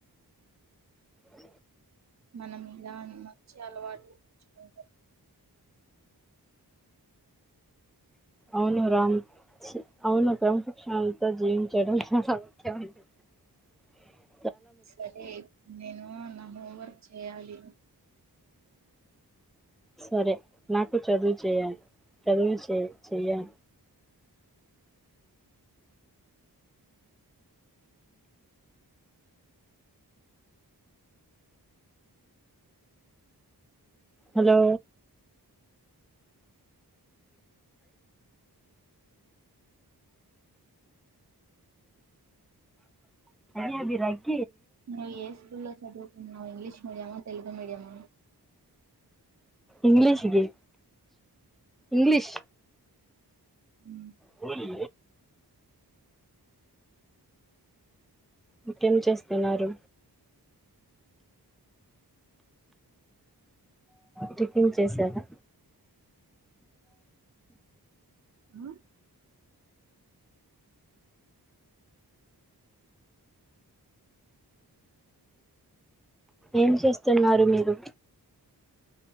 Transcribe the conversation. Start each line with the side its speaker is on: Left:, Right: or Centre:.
Centre: అ
Right: మనం ఇలా మంచి అలవాట్లు ఉంచుకుంటే
Centre: అవును రామ్ అవును ప్రముఖ క్షన్ ఈ రోజు ఎం <unintelligible>
Right: సరే నేను నా హో వర్క్ చేయాలి
Centre: సరే నాక్ చదువు చేయాలి చదువే చే చెయ్య హలో అభయి
Right: నువ్ ఏ స్కూల్లో చదువుకుంన్నవ్ English medium Telugu medium
Centre: English గి ఇంగ్లీష్
Right: ఉ
Centre: పోలీ ఇంకేం చేస్తున్నారు టిఫిన్ చేశారా
Right: ఆ
Centre: ఏం చేస్తున్నారు మీరు